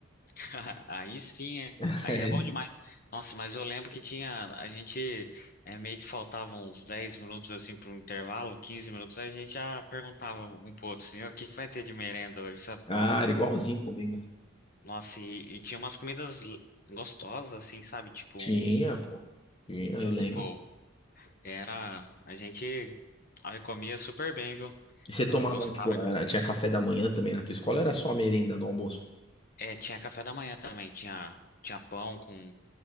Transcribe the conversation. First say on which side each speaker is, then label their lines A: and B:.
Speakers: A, on the left; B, on the left.
A: <laughs> Aí sim, é.
B: <laughs>
A: aí é bom demais. Nossa, mas eu lembro que tinha, a gente é, meio que faltavam uns 10 minutos assim para um intervalo, 15 minutos, aí a gente já perguntava um pro outro assim, "Ô, o que que vai ter de merenda hoje, sabe?
B: Ah, era igualzinho comigo.
A: Nossa, e, e tinha umas comidas l- gostosas assim, sabe? Tipo,
B: Tinha,
A: um-
B: pô. Tinha, eu lembro.
A: tipo, era, a gente aí comia super bem, viu?
B: E você tomava,
A: Ela gostava.
B: tipo,
A: de-
B: era- tinha café da manhã também na tua escola, ou era só a merenda no almoço?
A: É, tinha café da manhã também, tinha tinha pão com